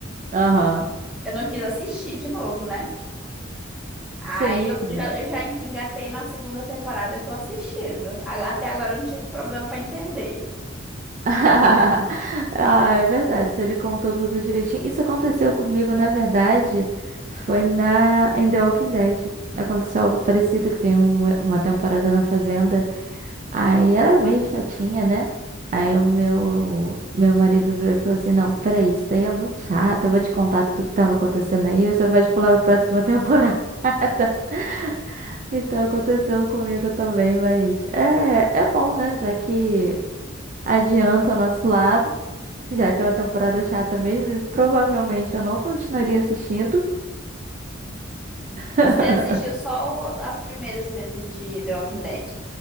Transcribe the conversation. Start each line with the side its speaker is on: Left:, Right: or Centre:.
Right: aham.
Centre: eu não quis assistir de novo, né? Aí
Right: Sim,
Centre: eu
Right: sim.
Centre: já, já engatei na segunda temporada e tô assistindo. A- Até agora eu não tive problema pra entender.
Right: <laughs> Ah, é verdade. Se ele contou tudo direitinho. Isso aconteceu comigo, na verdade, foi na em The Walking Dead. Aconteceu algo parecido, que tem um- uma temporada na fazenda. Aí era bem chatinha, né? Aí o meu, meu marido virou e falou assim: Não, peraí, isso daí é muito chato. Eu vou te contar tudo que tava acontecendo aí. Você pode pular pra próxima temporada. <laughs> Então aconteceu comigo também, mas é, é bom, né? Já que adianta o nosso lado. Já que é uma temporada chata mesmo, provavelmente eu não continuaria assistindo. <laughs>
Centre: Você assistiu só o- as primeiras mesmo de The Walking Dead?